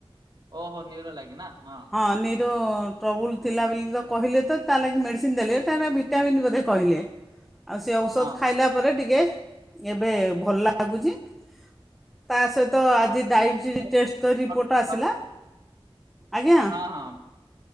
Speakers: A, on the right; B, in the centre.
A: ଓହୋ ନିର ଲାଗେ ନା ହଁ।
B: ହଁ ନିର ଟ୍ରବୁଲ୍ ଥିଲା ବୋଲି ତ କହିଲେ ତ ତା ଲାଗି ମେଡ଼ିସିନ ଦେଲେ ତାା ଭିଟାମିନ୍ ବୋଧେ କହିଲେ। ଆଉ ସେ ଔଷଧ
A: ହଁ
B: ଖାଇଲା ପରେ ଟିକେ ଏବେ ଭଲ ଲାଗୁଛି ତା ସହିତ ତ
A: ହଁ।
B: ଆଜି ଡାଇବେଟି
A: ହଁ
B: ଟେଷ୍ଟ କରି ରିପୋର୍ଟ ଆସିଲା।
A: ହଁ
B: ଆଜ୍ଞା
A: ଆହାଁ